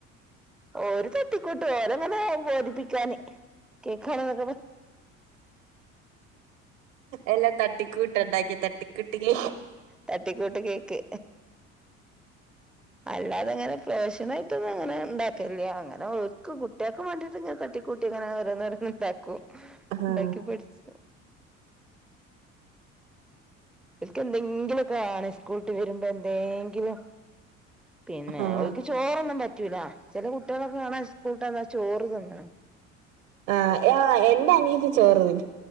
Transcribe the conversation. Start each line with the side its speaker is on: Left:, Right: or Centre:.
Centre: ഓരു തട്ടിക്കൂട്ട് ഓരങ്ങനെ ബോധിപ്പിക്കാന് കേക്കാണെന്നൊക്കെ
Right: എല്ലാ തട്ടിക്കൂ ട്ട്ണ്ടാക്കി തട്ടിക്കൂട്ടി കേ
Centre: തട്ടിക്കൂട്ട് കേക്ക് അല്ലാതെങ്ങനെ പേഷനായിട്ടൊന്നു അങ്ങനെ ഇണ്ടാക്കില്ല്യ അങ്ങനെ ഓര്ക്ക് കുട്ടിയാക്ക് വേണ്ടിട്ട് ഇങ്ങനെ തട്ടിക്കൂട്ടി ഇങ്ങനെ ഓരോന്നോരോന്ന് ഉണ്ടാക്കു
Right: ആഹ്
Centre: ഉണ്ടാക്കി
Right: ആഹ്
Centre: പഠിച്ച് ഇൻക്ക് എന്തെങ്കിലൊക്കെ ആണ് സ്കൂളിട്ട് വരുമ്പന്തേങ്കിലും പിന്നെ
Right: ആഹ്
Centre: ഓൽക്ക്‌ ചോറൊന്നും പറ്റൂല ചില കുട്ട്യേളൊക്കെ കാണാ സ്കൂളട്ടന്നാ ചോറ് തിന്നണ
Right: ആ ആ് എന്റെ അനീത്തി ചോറ്തിന്നു